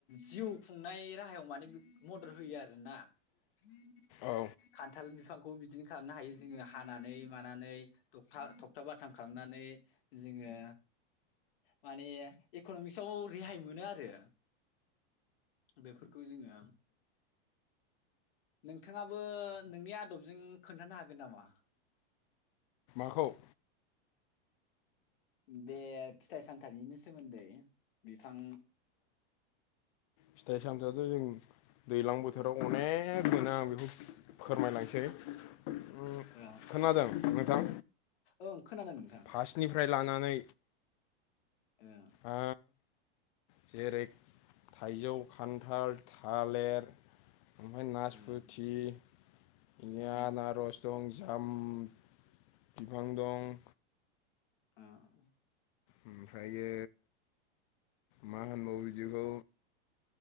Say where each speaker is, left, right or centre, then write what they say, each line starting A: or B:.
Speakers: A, on the left; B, on the left.
A: जिउ खुंनाय राहायाव माने मदद होयो आरोना। ह <unintelligible>
B: औ
A: खान्थाल बिफांखौ बिदिनो खालामनो हायो जोङो हानानै मानानै थखथा थखथाब बाथाम खालामनानै नै जोङो माने इक'न'मिक्सआव रेहाय मोनो आरो। बेफोरखौ जोङो नोंथाङाबो नोंनि आदबजों खोन्थानो हागोन नामा?
B: माखौ?
A: बे फिथाइ सामथाइनिनो सोमोन्दै बिफां
B: फिथाइ सामथाइयाथ' जों दैलां बोथोराव अनेक मोनो आं बेखौ फोरमायलांसै। उम,
A: ओं
B: खोनादों नोंथां
A: ओं खोनादों। नोंथां
B: फार्स्टनिफ्राय लानानै
A: ए
B: ओ जेरै थाइजौ, खान्थाल, थालेर ओमफ्राय नासपुथि
A: ओं
B: बिदिनो
A: ओं
B: आनारस दं। जाम बिफां दं।
A: ओं
B: ओमफ्रायो मा होनबावो बिदिखौ।